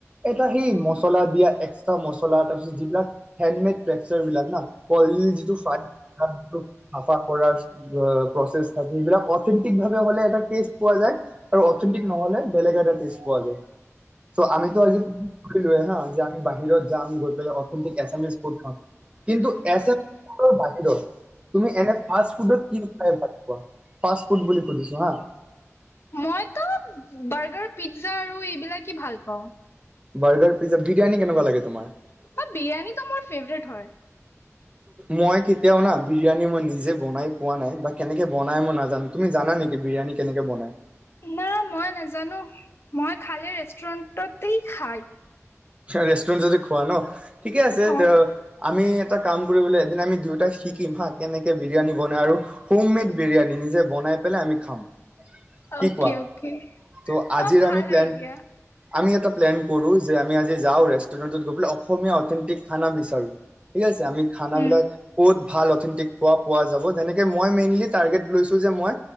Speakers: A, on the right (about 20°); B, on the left (about 50°).
A: এটা সেই মছলা দিয়া এক্সট্ৰা মচলা তাৰ পিছত যিবিলাক হেডমেড টেকছাৰবিলাক না বইল যিটো ফ্ৰাই কৰাৰ প্ৰচেচ থাকে সিবিলাক অথেণ্টিক ভাৱে হলে এ টেষ্ট পোৱা যায় আৰু অথেণ্টিক নহলে বেলেগ এটা টেষ্ট পোৱা যায়' আমিতো আজি হা যে আমি বাহিৰত যাম গৈ পেলাই অথেটিক এচামিছ এামি ফুড খাম কিন্তু এছা বাহিৰত তুমি এনে ফাষ্ট ফুডত কি খাই ভাল পোৱ? ফাষ্ট ফুড বুলি সুধিছোঁ হা
B: মইতো বাৰ্গাৰ পিজ্জা আৰু এইবিলাকেই ভাল পাওঁ।
A: বাৰ্গাৰ পিজ্জা বিৰিয়ানী কেনেকুৱা লাগে তোমাৰ?
B: অ', বিৰিয়ানীটো মোৰ ফেভৰেট হয়।
A: মই কেতিয়াও না বিৰিয়ানী মই নিজে বনাই পোৱা নাই কেনেকে বনাই মই নাজানো তুমি জানা নেকী বিৰিয়ানি কেনেকে বনাই?
B: না মই নাজানো মই খালী ৰেষ্টুৰেণ্টতেই খাই
A: <unintelligible> চন যদি খোৱা ন ঠিকে আছে
B: অ।
A: ত আমি এটা কাম কৰিবলৈ এদিন আমি দিউ তা শিকিম হা কেনেকে বিৰিয়ানী বনায়, আৰু হোম মেড বিৰিয়ানী নিজে বনায় পেলাই আমি খাম। কি
B: okay,
A: কোৱা?
B: Okay.
A: ত' আজিৰ
B: অ ভাল
A: আমি প্লেন
B: আইডিয়া।
A: আমি এটা প্লেন কৰোঁ যে, আমি আজ আজি যাওঁ, ৰেষ্টুৰেণ্টত গৈ পেলাই, অসমীয়া অথেণ্টিক খানা বিচাৰোঁ ঠিক আছে, আমি খানাবিলাক
B: উম
A: ক'ত ভাল অথেণ্টিক খোৱা পোৱা যাব তেনেকে, মই মেইনলি টাৰ্গেট লৈছোঁ যে, মই